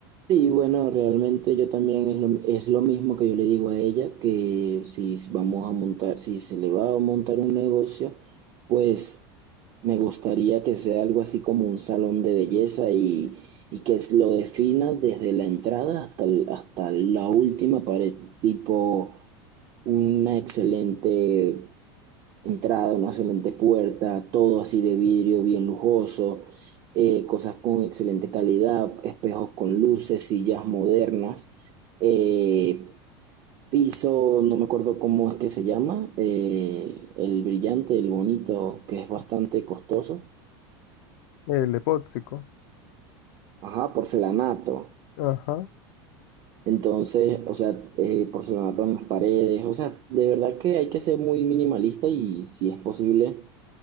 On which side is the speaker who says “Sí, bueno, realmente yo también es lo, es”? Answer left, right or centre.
Right